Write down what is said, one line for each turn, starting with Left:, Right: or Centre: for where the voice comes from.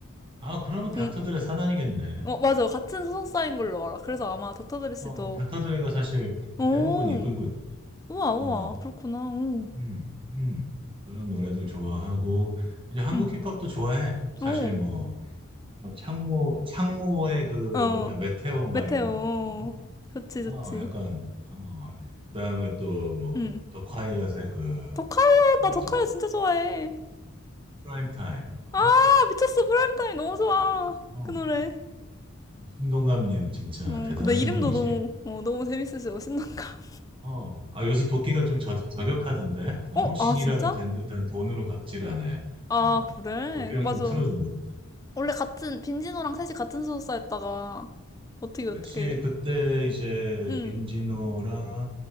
Right: 아 그러면 닥터들의
Left: 응.
Right: 사단이겠네.
Left: 어 맞아 같은 소속사인 걸로 알아. 그래서 아마 닥터들 씨도
Right: 어 닥터들의가 사실
Left: 오
Right: 대부분 이끌고 있,
Left: 우와 우와
Right: 어
Left: 그렇구나. 오.
Right: 음, 음. 그런 노래들 좋아하고 이제 한국
Left: 응.
Right: 힙합도 좋아해. 사실
Left: 오.
Right: 뭐, 어, 창모 창모의 그
Left: 어
Right: 뭐냐 메테오 막
Left: 메테오.
Right: 이런 거. 어,
Left: 어. 좋지 좋지.
Right: 어, 약간 어 그다음에 또 뭐
Left: 응.
Right: 더 콰이엇의 그
Left: 더카이야
Right: 어,
Left: 나
Right: 뭐지
Left: 더카이야 진짜 좋아해.
Right: 프라임 타임. 어,
Left: 아 미쳤어 프라임타임 너무 좋아
Right: 어
Left: 그 노래.
Right: 신동갑님 진짜
Left: 어
Right: 대단하신
Left: 근데 이름도
Right: 분이지.
Left: 너무 어 너무 재밌으셔 신난가.
Right: 어, 아 요새 도끼가 좀 저, 저격하던데. 어,
Left: 어?
Right: 신이라도
Left: 아, 진짜?
Right: 된 듯한 돈으로 갑질하네.
Left: 아,
Right: 어,
Left: 그래?
Right: 도끼랑
Left: 맞아.
Right: 좀 틀어졌는데.
Left: 원래 같은, 빈진호랑 셋이 같은 소속사였다가, 어떻게, 어떻게.
Right: 그렇지. 그때 이제
Left: 응,
Right: 빈지노랑